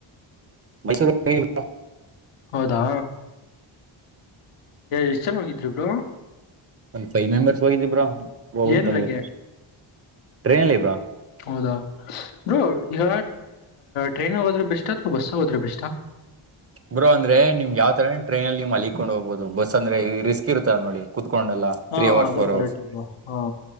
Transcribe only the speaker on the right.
ಮೈಸೂರಿಗ್ <unintelligible>
ಒಂದ್ ಫೈವ್ ಮೆಂಬರ್ಸ್ ಹೋಗಿದ್ವಿ ಬ್ರೊ ಹೋಗ್ಬಟ್ಟ್
ಬಂದ್ವಿ ಟ್ರೈನ್ಲಿ ಬ್ರೊ.
ಬ್ರೋ ಅಂದ್ರೆ ನಿಮ್ ಯಾವ ತರ ಟ್ರೈನಲ್ಲಿ ನೀವ್ ಮಲಿಕೊಂಡ್ ಹೋಗಬೋದು ಬಸ್ ಅಂದ್ರೆ ಈ ರಿಸ್ಕ್ ಇರುತಲ್ಲ ನೋಡಿ. ಕುತ್ಕೊಂಡಲ್ಲ
ತ್ರೀ ಅವರ್ಸ್
ಫೋರ್
ಅವರ್ಸ್.